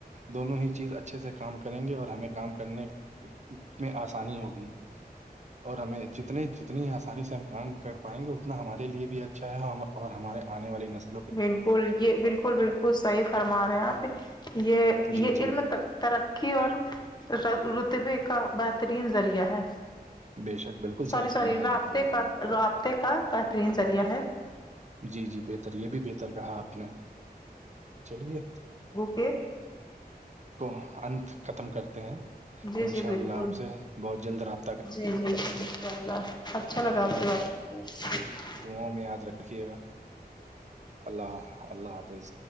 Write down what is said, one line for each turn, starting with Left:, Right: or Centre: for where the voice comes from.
Right: دونوں ہی چیز اچھے سے کام کریں گے اور ہمیں کام کرنے میں آسانی ہوگی اور ہمیں جتنے جتنی آسانی سے ہم کام کر پائیں گے اتنا ہمارے لیے بھیا چاہے ہم اور ہمارے آنے والی نسل
Left: بالکل یہ بالکل بالکل صحیح فرما رہے ہیں آپ یہ
Right: جی
Left: یہ
Right: جی
Left: علم ترقی کی اور رتبے کا بہترین ذریعہ ہے
Right: بے شک بالکل
Left: سوری
Right: صحیح فرمایا
Left: سوری رابطے
Right: آپ نے
Left: کا رابطے کا بہترین ذریعہ ہے
Right: جی جی بہتر یہ بھی بہتر کہا آپ نے چلیے
Left: ایک
Right: کو اننت ختم کرتے ہیں
Left: جی
Right: ان
Left: جی
Right: شاء اللہ
Left: بالکل
Right: آپ سے بہت جلد رابطہ <unintelligible>
Left: جی جی انشاء اللہ اچھا لگا آپ کی بات کر
Right: دواںں میں یاد رکھیے گا اللہ اللہ حافظ